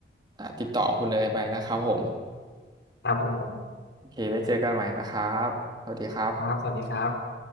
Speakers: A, on the right (about 25°); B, on the left (about 75°).
A: อ่าติดต่อคุณเนยไปนะครับผม
B: ครับผม
A: โอเคไว้เจอกันใหม่นะครับสวัสดีครับ
B: ครับสวัสดีครับ